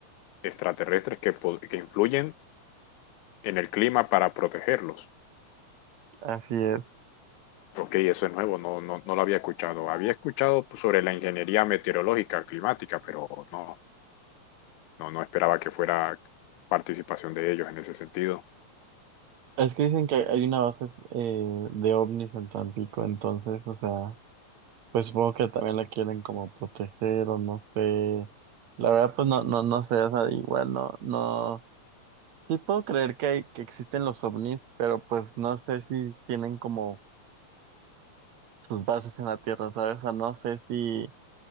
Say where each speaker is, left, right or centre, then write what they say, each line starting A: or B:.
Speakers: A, on the left (about 80°); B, on the right (about 65°).
A: extraterrestres que, po- que influyen en el clima para protegerlos.
B: Así es.
A: Ok, eso es nuevo, no, no, no lo había escuchado. Había escuchado pues, sobre la ingeniería meteorológica climática, pero no, no, no esperaba que fuera participación de ellos en ese sentido.
B: Es que dicen que hay una base eh, de ovnis en Tampico, entonces, o sea, pues supongo que también la quieren como proteger o no sé. La verdad, pues no, no, no sé, o sea, igual no, no. Sí puedo creer que, hay- que existen los ovnis, pero pues no sé si tienen como sus bases en la Tierra, ¿sabes? O sea, no sé si,